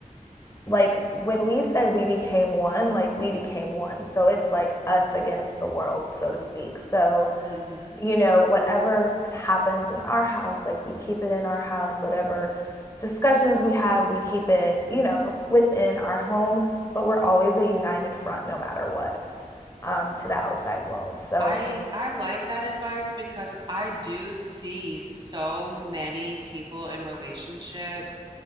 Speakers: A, on the left; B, on the right.
A: like when we said we became one, like we became one. So it's like us against the world, so to speak. So
B: Mm-hmm.
A: you know, whatever happens in our house, like we keep it in our house, whatever discussions we have, we keep it, you know, within our home, but we're always a united front no matter what um, to the outside world. So
B: I I like that advice because I do see so many people in relationships